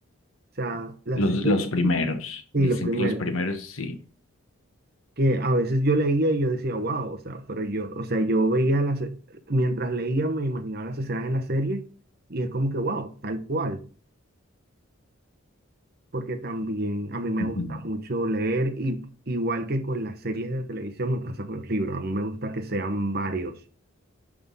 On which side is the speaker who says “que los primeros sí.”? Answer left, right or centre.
Left